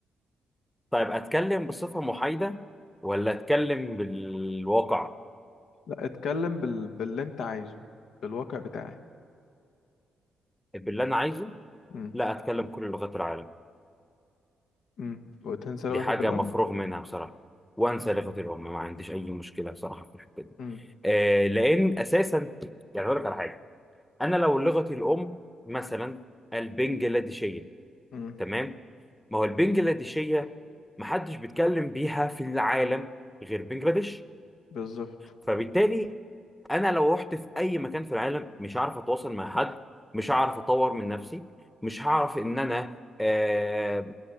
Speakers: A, in the centre; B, on the left.
A: طيب اتكلم بصفه محايده ولا اتكلم بالواقع
B: لا اتكلم بال... باللي انت عايزه بالواقع بتاعك
A: باللي انا عايزه
B: امم
A: لا اتكلم كل لغات العالم
B: امم وتنسى
A: دي
B: لغتك
A: حاجة
B: الأم
A: مفروغ منها بصراحة وأنسى لغة الأم ما عنديش أي مشكلة بصراحة في الحتة دي
B: امم
A: آه لأن أساسا يعني أقول لك على حاجة أنا لو لغتي الأم مثلا البنجلاديشية
B: امم
A: تمام ما هو البنجلاديشية محدش بيتكلم بيها في العالم غير بنجلاديش
B: بالظبط
A: فبالتالي انا لو رحت في اي مكان في العالم مش هعرف اتواصل مع حد مش هعرف اطور من نفسي مش هعرف ان انا آه،